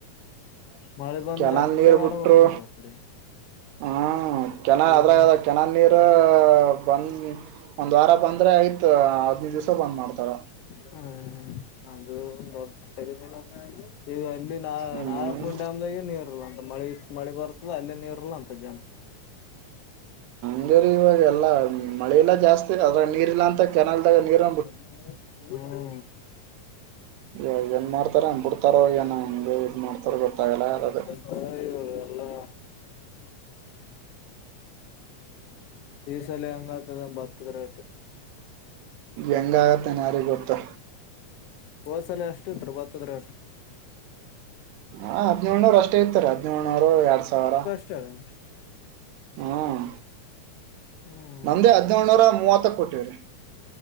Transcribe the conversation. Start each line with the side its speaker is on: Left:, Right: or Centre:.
Left: ಮಳೆ ಬಂದ್ರೆ
Right: ಕೆನಾಲ್
Left: ಅಟ್ಟೆ
Right: ನೀರ್
Left: ಮಾಡ್ಬೇಕ
Right: ಬಿಟ್ರು
Left: ನೋಡ್ರಿ ಅಕಡಿ.
Right: ಹ್ಮ ಕೆ ಅದ್ರಗ
Left: ಬಂದ್ರ
Right: ಅದ್ರಗ ಕೆನಾಲ್ ನೀರು ಬಂದ ಒಂದ್ ವಾರ ಬಂದ್ರೆ ಆಯ್ತ್ ಹದಿನೈದು ದಿವ್ಸ ಬಂದ್ ಮಾಡ್ತಾರ.
Left: ಹ್ಮ್ ಅದು ದೊಡ್ಡ ತಲೆ ಬ್ಯಾನೆ <unintelligible> ಈಗ ಅಲ್ಲಿ ನಾ
Right: ಹ್ಮ್
Left: ನಾರಾಯಣಪುರ್ ಡ್ಯಾಮ್ದಾಗೆ ನೀರ್ ಇಲ್ಲ ಅಂತ ಮಳೆ ಇಟ್ಟ ಮಳೆ ಬರ್ತದ ಅಲ್ಲೇ ನೀರ್ ಇಲ್ಲಾ ಅಂತದ ಜನ.
Right: ಅಜ ಇವಾಗ ಎಲ್ಲಾ ಮಳೆ ಇಲ್ಲ ಜಾಸ್ತಿ ಅದ್ರಾಗ ನೀರ್ ಇಲ್ಲಾ ಅಂತ ಕೆನಲ್ದಾಗ ನೀರು
Left: <unintelligible> ಹ್ಹಾ
Right: ಇ ಏನ್ ಮಾಡ್ತಾರೋ ಏನೋ ಹಂಗ್ ಏನಂಗ ಇದು ಮಾಡ್ತಾರೋ ಗೊತ್ತಾಗಲ್ಲ ಅದು.
Left: ಹೋ ಇವ್ರೆಲ್ಲಾ ಈ ಸಲ ಹೆಂಗಾತದೇನು ಬತ್ತದ ರೇಟು.
Right: ಹೆಂಗಾತದೇನು ಯಾರಿಗ ಗೊತ್ತು.
Left: ಹೋಸಲ ಎಸ್ಟಿತ್ರಿ ಬತ್ತದ್ ರೇಟ.
Right: ಹಾ ಹದಿನೇಳನೂರ್ ಅಷ್ಟೇ ಇತ್ತು ರಿ ಹದಿನೇಳಳ್ನೂರು ಎರಡ್ ಸಾವಿರ
Left: <unintelligible>
Right: ಹ್ಮ್
Left: ಹ್ಮ್
Right: ನಮ್ದೇ ಹದಿನೇಳುನೂರ ಮೂವತ್ತಕ ಕೊಟಿವ್ರಿ.